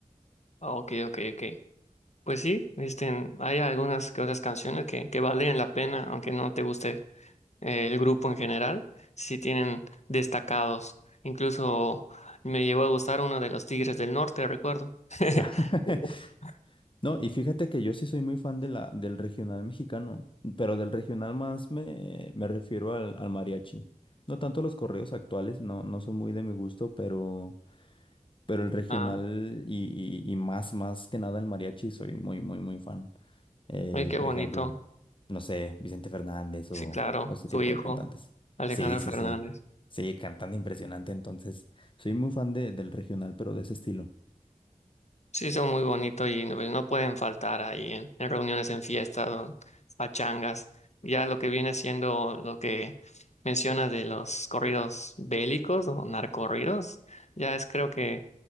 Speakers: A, on the left; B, on the left.
A: Ah, Ok, ok, ok. Pues sí, viste, hay algunas que otras canciones que, que valen la pena, aunque no te guste eh, el grupo en general, sí tienen destacados. Incluso me llegó a gustar uno de los Tigres del Norte, recuerdo. <laughs>
B: <laughs> No, y fíjate que yo sí soy muy fan de la, del regional mexicano, pero del regional más me, me refiero al, al mariachi. No tanto los correos actuales, no, no son muy de mi gusto, pero... Pero el regional
A: Ah,
B: y, y- y más, más que nada el mariachi, soy muy, muy, muy fan. Eh,
A: ay, qué
B: por
A: bonito.
B: ejemplo, no sé, Vicente Fernández
A: Sí,
B: o,
A: claro,
B: o ese
A: su
B: tipo
A: hijo,
B: de cantantes.
A: Alejandro
B: Sí, sí,
A: Fernández.
B: sí. Sí, cantando impresionante. Entonces, soy muy fan de, del regional, pero de ese estilo.
A: Sí, son muy bonitos y no, pues, no pueden faltar ahí en, en reuniones, en fiestas, o pachangas. Ya lo que viene siendo lo que mencionas de los corridos bélicos o narcorridos, ya es creo que